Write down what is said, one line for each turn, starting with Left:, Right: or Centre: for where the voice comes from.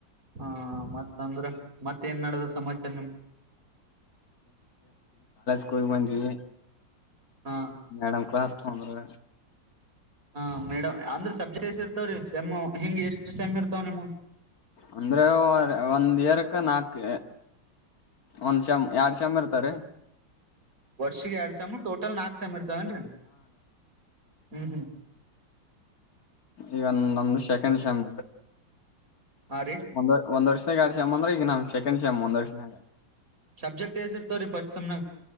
Right: ಹಾ ಮತ್ತ ಅಂದ್ರೆ ಮತ್ತ ಏನ್ ನಡದ್ ಸಮಾಚಾರ ನ
Left: ಕ್ಕೋಯ್ ಬಂದ್ವಿ
Right: ಹಾ
Left: ಮೇಡಮ್ ಕ್ಲಾಸ್ ತೋಂದ್ರೆ
Right: ಹಾ ಮೇಡಮ ಅಂದ್ರೆ ಸಬ್ಜೆಕ್ಟ್ ಇರ್ತವ್ರೀ ಸಮ್ಮು ಹಿಂಗ ಎಷ್ಟು ಸೇಮ್ಮ್ ಇರ್ತಾವ ನಿಮ್ಮ
Left: ಅಂದ್ರೆ ಒಂದ್ ಇಯರ್ ನಾಕ್ ಒಂದ್ ಸೇಮ್ಎರಡ್ ಸೇಮ್ ಇರ್ತಾರಿ
Right: ವರ್ಷಗ್ ಎರಡ್ ಸೇಮ್ ಟೋಟಲ್ ನಾಕ್ ಸೆಮ್ ಇರ್ತವನ್ರರಿ ಹ್ಮ್ ಹ್ಮ್
Left: ಈಗಂದ ನಮ್ದು ಸೆಕೆಂಡ್ ಸೇಮ್
Right: ಹಾ ರೀ
Left: ಒಂದ ಒಂದ ವರ್ಷ ಎರಡ್ ಸಮ್ ಅದ್ರ ಈಗ ನಮ ಸೆಕಂಡ್ ಸ್ ಮುಂದಿನ ವರ್ಷನ್ಯಾಗ
Right: ಸಬ್ಜೆಕ್ಟ್ ಹೇಸಿರ್ತವೆ ರೀ ಫಸ್ಟ್ ಸೇಮ್